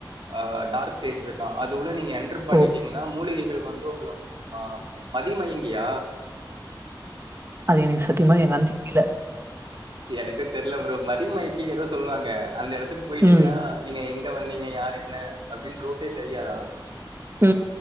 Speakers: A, on the right; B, on the right.
A: ஆ டார்க் பிளேஸ் இருக்கா அதுள்ள நீங் என்ரு பண்ணிடீங்னா
B: ஓ!
A: மூலிகிகள் வந்து உங்ள ஆ மதிமயங்கியா
B: அது எனுக் சத்தியமா என்னன் தெரில
A: எனக்கோ தெரில ப்ரோ மதிமயக்கி ஏதோ சொல்லுவாங்க அந்த எடத்துக்கு போயிட்டீங்ளா
B: ம்.
A: நீங்க எங்க வந்தீங்க யார் என்னு அப்டின் ரோட்டே தெரியாதா
B: உ